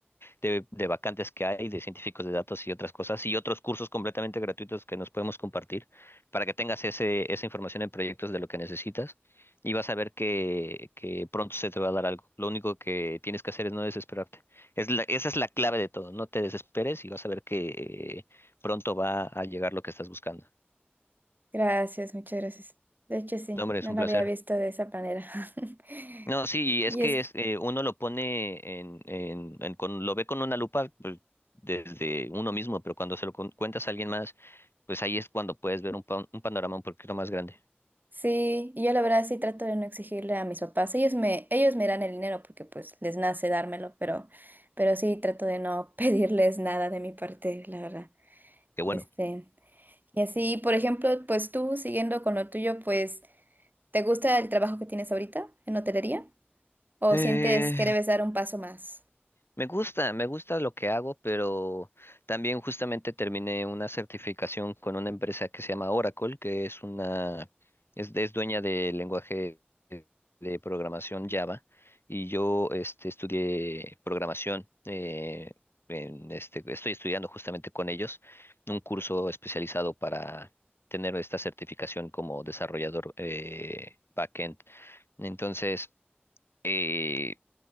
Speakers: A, on the left; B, on the right.
A: de, de vacantes que hay, de científicos de datos y otras cosas, y otros cursos completamente gratuitos que nos podemos compartir para que tengas ese, esa información en proyectos de lo que necesitas y vas a ver que, que pronto se te va a dar algo. Lo único que tienes que hacer es no desesperarte. Es la- esa es la clave de todo, no te desesperes y vas a ver que eh, pronto va a llegar lo que estás buscando.
B: gracias, muchas gracias. De hecho, sí,
A: No, hombre,
B: no
A: es un
B: lo
A: placer.
B: había visto de esa manera. <laughs>
A: No, sí, y es
B: Y
A: que
B: es
A: es, eh, uno lo pone en, en, en con, lo ve con una lupa pues, desde uno mismo, pero cuando se lo con- cuentas a alguien más, pues ahí es cuando puedes ver un, pan- un panorama un poquito más grande.
B: Sí, y yo la verdad sí trato de no exigirle a mis papás. Ellos me, ellos me dan el dinero porque pues les nace dármelo, pero, pero sí trato de no <laughs> pedirles nada de mi parte, la verdad.
A: qué bueno.
B: Este, y así, por ejemplo, pues tú siguiendo con lo tuyo, pues, ¿te gusta el trabajo que tienes ahorita en hotelería? ¿O
A: Eh,
B: sientes que debes dar un paso más?
A: Me gusta, me gusta lo que hago, pero también justamente terminé una certificación con una empresa que se llama Oracle, que es una, es, es dueña del lenguaje de programación Java, y yo este, estudié programación, eh, en este, estoy estudiando justamente con ellos un curso especializado para tener esta certificación como desarrollador eh, backend. Entonces, eh,